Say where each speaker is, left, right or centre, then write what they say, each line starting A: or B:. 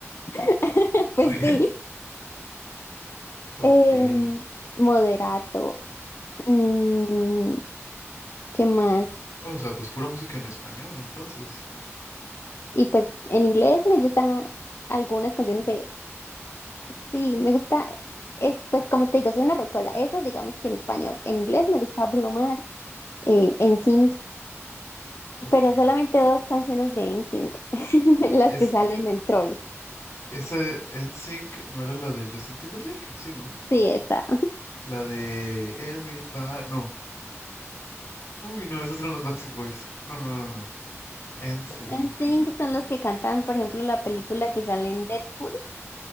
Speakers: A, on the left; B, on the left.
A: <laughs> Pues
B: Pues,
A: sí,
B: ok.
A: em, Moderato. Mm, ¿qué más?
B: O sea, pues pura música en español, entonces.
A: Y pues en inglés me gustan algunas canciones de... Sí, me gusta... Es, pues como te digo, soy una rocola. Esas digamos que en español. En inglés me gusta Bruno Mars, eh, NSYNC,
B: Ok.
A: pero solamente dos canciones de NSYNC, <laughs> las
B: Es,
A: que salen en Trolls.
B: esa N Sync no era la de Justin Timberlake, sí, ¿no?
A: Sí, esa.
B: La de Everybody. No. Uy, no, esos eran los Backstreet Boys. No, no, no, no. N Sync.
A: NSYNC son los que cantan, por ejemplo, la película que sale en Deadpool.